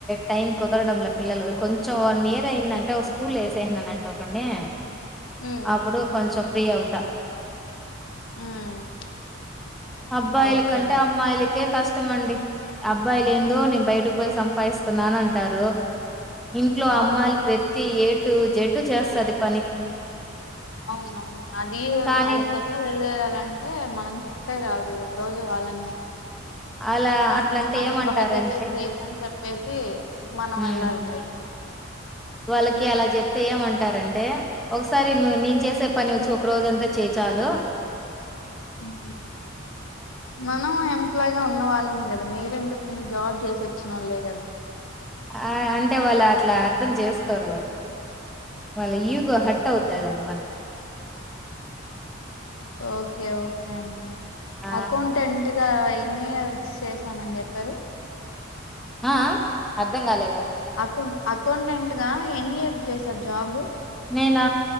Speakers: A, in the centre; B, on the left (about 80°).
A: టైం కుదరడంలో పిల్లలు కొంచెం వన్ ఇయర్ అయిందంటే ఒక స్కూల్ వేసేసినన అంట ఒకండి ని
B: ఉమ్
A: అప్పుడు కొంచెం ఫ్రీ అవుతా
B: ఉమ్
A: అబ్బాయిల
B: ఓకే
A: కంటే
B: అండి
A: అమ్మాయిలకి కే కష్టమ అండి అబ్బాయిలు ఏందో నేను బయటకు పోయి సంపాదిస్తున్నాన అంటారు ఇంట్లో
B: అవును
A: అమ్మాలు ప్రతి ఏటు అటు జడ్డు చేస్తుది పని
B: అవునవును అది
A: కానీ
B: వాళ్ళకి ఎట్లా తెలియాలంటే మనం చె అంతే కాదు ఒక రోజు వాళ్ళీ
A: అలా
B: మొన్ని
A: అట్లంటే
B: అన్ని
A: ఏమంటారంటే
B: బాధ్యతలు చేయమని చెప్పేసి మనం
A: హ్మ్.
B: వెళ్ళాలి బయటికి
A: వాళ్ళకి అలా చెప్తే ఏమంటారంటే ఒకసారి నేను చేసే పని వచ్చి ఒక రోజ అంతా చేచాలు
B: ఉమ్ మనం ఎంప్లాయిగా ఉన్న వాళ్ళమే కదా మీరు ఇ ను జాబ్ చేసి వచ్చిన వాళ్లే కదా
A: ఆ అంటే వాళ్ళు అట్లా అర్థం చేసుకోరు వాళ్ళు వాళ్ళ హట్ అవుతాయి
B: ఓ-
A: అమాట
B: ఓకే ఓకే అండి
A: ఆ!
B: అకౌంటెంట్ గా ఎన్ని ఇయర్స్ చేశానని చెప్పారు
A: ఆ అర్థం కాలేదండి
B: అకౌ అకౌంటెంట్ గా ఎన్ ఇయర్ చేసారు జాబు
A: నేను